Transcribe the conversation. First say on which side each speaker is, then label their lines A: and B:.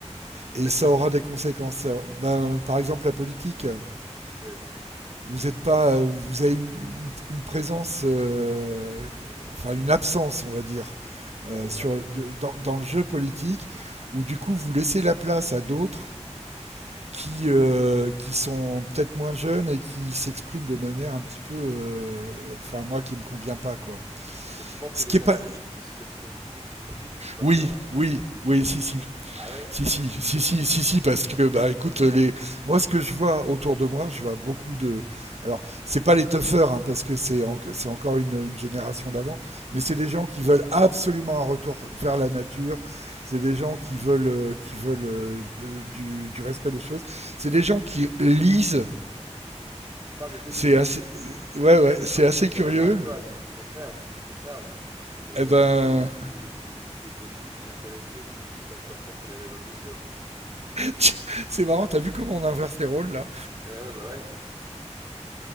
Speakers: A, on the right; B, on the right.
A: C'est-à-dire?
B: et ça aura des conséquences. Ça- ben, par exemple, la politique.
A: Oui.
B: Vous n'êtes pas, euh, vous avez une, une- une présence, euh, enfin une absence, on va dire,
A: Ça,
B: euh,
A: c'est
B: sur,
A: vrai.
B: de- dans, dans le jeu politique, où du coup vous laissez la place à d'autres qui, euh, qui sont peut-être moins jeunes et qui s'expriment de manière un petit peu, euh, enfin moi qui me convient pas quoi.
A: Mais tu penses
B: Ce
A: que les
B: qui est pas,
A: années 2010 s'expriment plus en politique Je suis pas
B: oui,
A: sûr. hein.
B: oui, oui, si, si,
A: Ah ouais
B: si, si, si, si, si, si, parce que bah écoute les, moi ce que je vois autour de moi, je vois beaucoup de, alors c'est pas les toughers hein, parce que c'est en- c'est encore une, une génération d'avant, mais c'est des gens qui veulent absolument un retour vers la nature, c'est des gens qui veulent euh, qui veulent euh, de- du, du respect des choses, c'est des gens qui lisent
A: Tu parles des 2010
B: C'est assez, ouais, ouais, c'est
A: Ah, mais
B: assez
A: je suis
B: curieux.
A: pas d'accord avec toi. C'est le contraire. C'est tout le contraire. C'est des gros,
B: Eh ben,
A: c'est des, c'est des, des- c'est des gros geeks inintéressés qui passent leur temps sur les réseaux sociaux.
B: <laughs> c'est marrant, t'as vu comment on inverse les rôles là
A: Ouais, ouais, bah ouais.